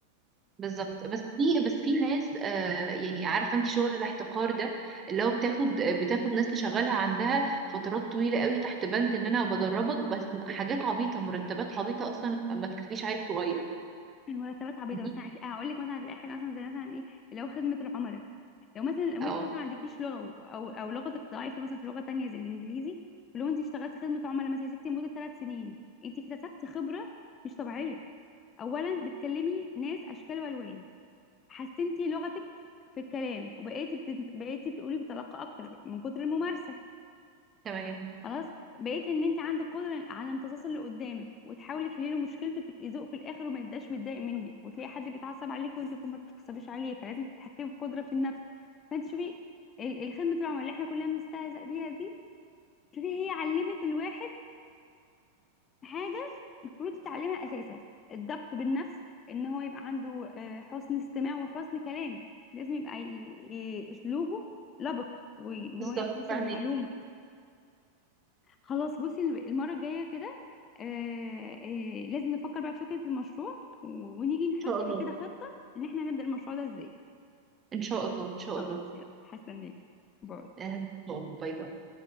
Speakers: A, on the right (about 20°); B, on the left (about 25°).
A: بالظبط بس في بس في ناس آه يعني عارفة انت شغل الاحتقار ده اللي هو بتاخد بتاخد ناس تشغلها عندها فترات طويلة قوي تحت بند ان انا بدربك بس حاجات عبيطة مرتبات عبيطة اصلا ما تكفيش عيل صغير
B: المرتبات عبيطه
A: دي
B: مثلا هتلاقي هقول لك مثلا هتلاقي حاجه مثلا زي مثلا ايه اللي هو خدمه العملاء لو مثلا لو
A: اه
B: انت مثلا ما عندكيش لغه او او لغتك ضعيفه مثلا في لغه تانية زي الانجليزي ولو انت اشتغلت خدمه عملاء مثلا يا ستي لمده ثلاث سنين انت اكتسبت خبره مش طبيعيه اولا بتكلمي ناس اشكال والوان حسنتي لغتك في الكلام وبقيتي بتت... بقيتي بتقولي بطلاقة اكتر من كتر الممارسة
A: تمام
B: خلاص بقيتي ان انت عندك قدرة على امتصاص اللي قدامك وتحاولي تحلي له مشكلته وتبقي ذوق في الاخر وما يبقاش متضايق منك وتلاقي حد بيتعصب عليك وانت يكون ما بتتعصبيش عليه فلازم تتحكمي في قدرة في النفس فانت شوفي ال- الخدمة العملاء اللي احنا كلنا بنستهزأ بيها دي شوفي هي علمت الواحد حاجة المفروض يتعلمها أساسا الضبط بالنفس إن هو يبقى عنده آه، حسن استماع وحسن كلام لازم يبقى ي- ي- أسلوبه لبق وإن
A: بالظبط
B: هو يعرف يوصل
A: فاهمك
B: المعلومة
A: ان
B: خلاص بصي المرة الجاية كده آه، آه، لازم نفكر بقى في فكرة المشروع و- ونيجي نحط
A: شاء الله
B: كده خطة إن إحنا هنبدأ المشروع ده إزاي
A: ان شاء الله ان شاء
B: خلاص
A: الله
B: يلا هستناك باي
A: آه، ان شاء الله باي باي